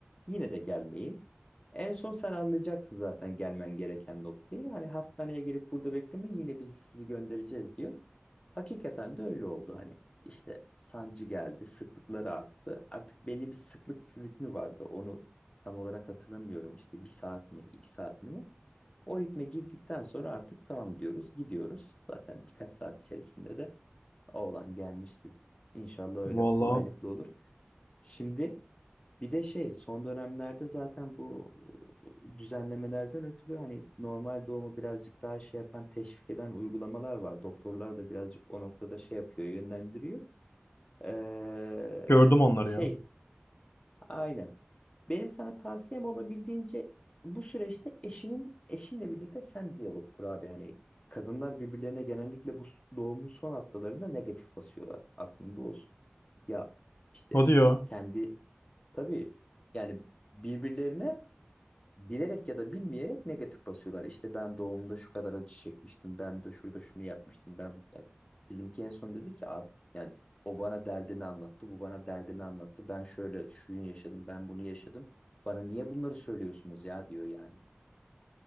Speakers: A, on the left; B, on the left.
A: Yine de gelmeyin. En son sen anlayacaksın zaten gelmen gereken noktayı. Hani hastaneye gelip burada beklemeyin yine biz sizi göndereceğiz diyor. Hakikaten de öyle oldu hani. işte sancı geldi, sıklıkları arttı. Artık belli bir sıklık ritmi vardı. Onu tam olarak hatırlamıyorum. İşte bir saat mi, iki saat mi? ne? O ritme girdikten sonra artık tamam diyoruz, gidiyoruz. Zaten birkaç saat içerisinde de oğlan gelmişti. İnşallah öyle
B: Valla
A: kolaylıkla olur. Şimdi bir de şey son dönemlerde zaten bu e, düzenlemelerden ötürü hani normal doğumu birazcık daha şey yapan teşvik eden uygulamalar var. Doktorlar da birazcık o noktada şey yapıyor, yönlendiriyor. Ee,
B: gördüm onları
A: şey
B: ya.
A: aynen. Benim sana tavsiyem olabildiğince bu süreçte eşinin eşinle birlikte sen diyalog kur abi. Hani kadınlar birbirlerine genellikle bu doğumun son haftalarında negatif basıyorlar. Aklında olsun. Ya işte
B: Hadi ya.
A: kendi tabii yani birbirlerine bilerek ya da bilmeyerek negatif basıyorlar. İşte ben doğumda şu kadar acı çekmiştim. Ben de şurada şunu yapmıştım. Ben yani bizimki en son dedi ki abi yani o bana derdini anlattı. Bu bana derdini anlattı. Ben şöyle şunu yaşadım. Ben bunu yaşadım. Bana niye bunları söylüyorsunuz ya diyor yani.